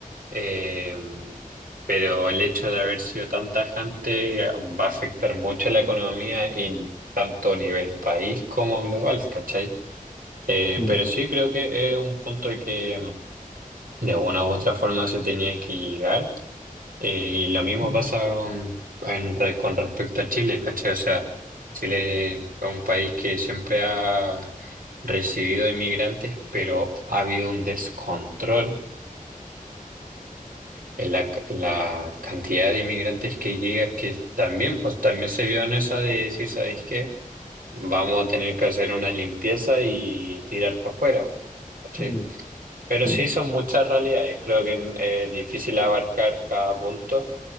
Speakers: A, on the right (about 75°); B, on the right (about 20°).
A: eh, pero el hecho de haber sido tan tajante eh, va a afectar mucho a la economía en tanto a nivel país como global, ¿cachai? Eh,
B: Mm,
A: pero sí creo que es un punto de que mm, de una u otra forma se tenía que llegar. Eh, y lo mismo
B: mm,
A: pasa mm, en re- con respecto a Chile, ¿cachai? O sea, Chile es un país que siempre ha recibido inmigrantes, pero ha habido un descontrol la, la cantidad de inmigrantes que llega, que también, pues también se vio en esa de decir, ¿sabéis qué? Vamos a tener que hacer una limpieza y tirar para afuera, po, ¿cachai?
B: mm,
A: Pero
B: Sí,
A: sí son muchas realidades, creo que eh, es difícil abarcar cada punto,